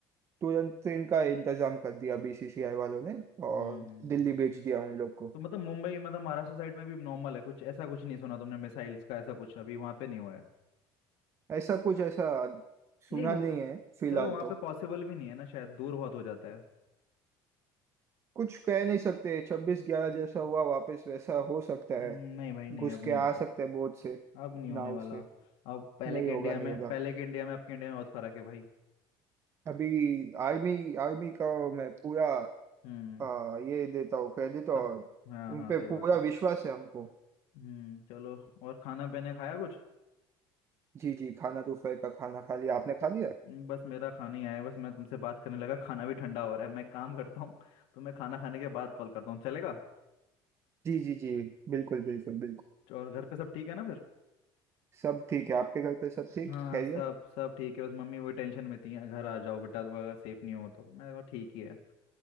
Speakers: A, on the right (about 25°); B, on the left (about 65°).
A: तुरंत ट्रेन का इंतजाम कर दिया बीसीसीआई वालों ने और
B: हम्म
A: दिल्ली भेज दिया उन लोग को
B: तो मतलब मुंबई मतलब महाराष्ट्र साइड में भी नॉर्मल है कुछ ऐसा कुछ नहीं सुना तुमने मिसाइल्स का ऐसा कुछ अभी वहां पे नहीं हुआ है
A: ऐसा कुछ ऐसा सुना
B: नहीं हो
A: नहीं है फिलहाल
B: चलो वहां
A: तो
B: पे पॉसिबल भी नहीं है ना शायद दूर बहुत हो जाता है
A: कुछ कह नहीं सकते छब्बीस ग्यारह जैसा हुआ वापस वैसा हो सकता
B: हम्म,
A: है
B: नहीं भाई नहीं
A: घुस
B: अब नहीं
A: के आ
B: होगा
A: सकते हैं बोझ से
B: अब नहीं होने
A: नाव
B: वाला
A: से
B: अब पहले
A: नहीं
B: के
A: होगा
B: इंडिया
A: नहीं
B: में
A: होगा
B: पहले के इंडिया में अब के इंडिया में बहुत फर्क है भाई
A: अभी आर्मी आर्मी का मैं पूरा
B: हम्म
A: आ, ये देता हूँ क्रेडिट और
B: सब हाँ
A: उन
B: हाँ
A: पे
B: सही
A: पूरा
B: बात है
A: विश्वास है हमको
B: हम्म चलो और खाना पीने खाया कुछ
A: जी जी खाना दोपहर का खाना खा लिया आपने खा लिया
B: हम्म, बस मेरा खाना ही आया बस मैं तुमसे बात करने लगा खाना भी ठंडा हो रहा है मैं एक काम करता हूँ तो मैं खाना खाने के बाद कॉल करता हूँ चलेगा
A: जी जी जी बिल्कुल बिल्कुल बिल्कुल
B: तो और घर पे सब ठीक है ना फिर
A: सब ठीक है आपके घर पे सब ठीक
B: हाँ
A: खैरियत
B: सब सब ठीक है बस मम्मी वही टेंशन में थी घर आ जाओ बेटा तो अगर सेफ नहीं हो तो मैं कहा ठीक ही है